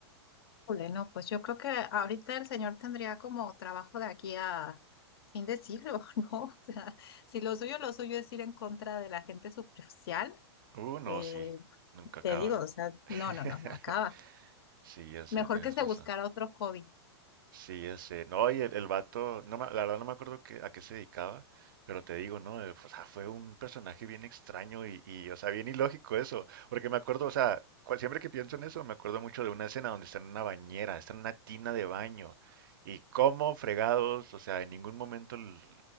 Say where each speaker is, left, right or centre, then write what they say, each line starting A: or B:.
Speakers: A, on the left (about 60°); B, on the right (about 50°).
A: híjole, No, pues yo creo que ahorita el señor tendría como trabajo de aquí a fin de siglo, <laughs> ¿no? O sea, si lo suyo, lo suyo es ir en contra de la gente superficial,
B: Uh, no,
A: eh,
B: sí, nunca acaba.
A: te digo, o sea,
B: <laughs>
A: no, no, no, no acaba.
B: Sí, ya sé,
A: Mejor
B: tienes
A: que se
B: razón.
A: buscara otro hobby.
B: Sí, ya sé. No, y el, el vato, no me- la verdad no me acuerdo que- a qué se dedicaba, pero te digo, ¿no? Eh, O sea, fue un personaje bien extraño y, y, o sea, bien ilógico eso. Porque me acuerdo, o sea, cual- siempre que pienso en eso, me acuerdo mucho de una escena donde está en una bañera, está en una tina de baño. Y cómo fregados, o sea, en ningún momento, el-